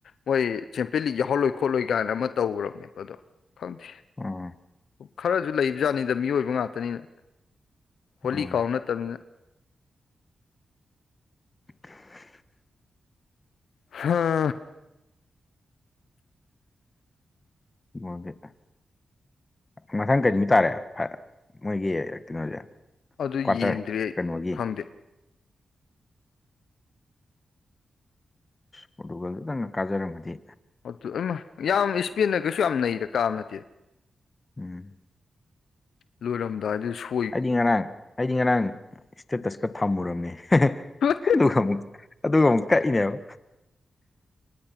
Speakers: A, on the left; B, on the left.
A: ꯃꯣꯏ ꯆꯦꯝꯄꯤꯌꯟ ꯂꯤꯒ ꯌꯥꯎꯍꯜꯂꯣꯏ ꯈꯣꯠꯂꯣꯏ ꯒꯥꯏꯅ ꯑꯃ ꯇꯧꯒ꯭ꯔꯕꯅꯦꯕ ꯑꯗꯣ ꯈꯪꯗꯦ
B: ꯑꯥ
A: ꯈꯔꯁꯨ ꯂꯩꯕꯖꯥꯠꯅꯤꯗ ꯃꯤꯑꯣꯏꯕ ꯉꯥꯛꯇꯅꯤꯅ ꯍꯣꯂꯤ
B: ꯑꯥ
A: ꯀꯥꯎ ꯅꯠꯇꯕꯅꯤꯅ
B: <inaudible>
A: ꯍꯥ
B: <unintelligible> ꯃꯊꯪ ꯀꯩ ꯅꯨꯃꯤꯠ ꯇꯥꯔꯦ ꯍꯥ ꯃꯣꯏꯒꯤ <unintelligible> ꯇꯤꯅꯣꯁꯦ
A: ꯑꯗꯨ ꯌꯦꯡꯗ꯭ꯔꯤ
B: ꯀ꯭ꯋꯥꯇꯔ
A: ꯑꯩ
B: ꯀꯩꯅꯣꯒꯤ
A: ꯈꯪꯗꯦ
B: ꯄꯣꯔꯇꯨꯒꯜꯗꯨꯇꯪꯒ ꯀꯥꯖꯔꯝꯃꯗꯤ
A: ꯑꯗꯨ ꯏꯃꯥ ꯌꯥꯝ ꯏꯁꯄꯤꯟꯅ ꯀꯁꯨ ꯌꯥꯝ ꯅꯩꯔ ꯀꯥꯕ ꯅꯠꯇꯦꯗ
B: ꯎꯝ
A: ꯂꯣꯏꯔꯝꯗꯥꯏꯗꯨꯗ ꯁꯨ
B: ꯑꯩꯗꯤ ꯉꯔꯥꯡ ꯑꯩꯗꯤ ꯉꯔꯥꯡ ꯏꯁꯇꯦꯇꯁꯀ ꯊꯝꯃꯨꯔꯝꯅꯦ
A: ꯋꯥꯅꯤ
B: ꯑꯗꯨꯒ ꯑꯃꯨꯛ ꯑꯗꯨꯒ ꯑꯃꯨꯛ ꯀꯛꯏꯅꯦꯕ